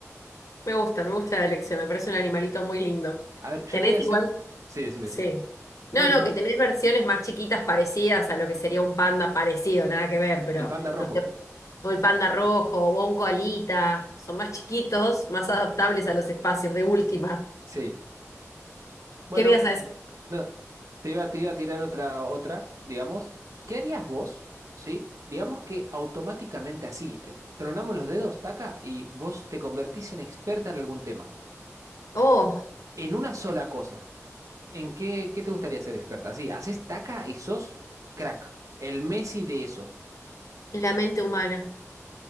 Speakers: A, on the left (about 85°); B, on the right (about 85°).
A: Me gusta, me gusta la elección, me parece un animalito muy lindo.
B: A ver, yo
A: Tenés
B: te voy a hacer.
A: igual,
B: Sí, decime,
A: sí.
B: decime.
A: No,
B: No, decime.
A: no, que tenés versiones más chiquitas parecidas a lo que sería un panda parecido, nada que ver, pero
B: El panda rojo.
A: no sé, o el panda rojo o un koalita, son más chiquitos, más adaptables a los espacios de última.
B: Sí. Bueno,
A: ¿Qué me ibas a decir?
B: no. Te iba, te iba a tirar otra, otra, digamos. ¿Qué harías vos? ¿Sí? Digamos que automáticamente así. eh, Tronamos los dedos, taca, y vos te convertís en experta en algún tema.
A: Oh,
B: En una sola cosa. ¿En qué, qué te gustaría ser experta? Sí, haces taca y sos crack. El Messi de eso.
A: la mente humana.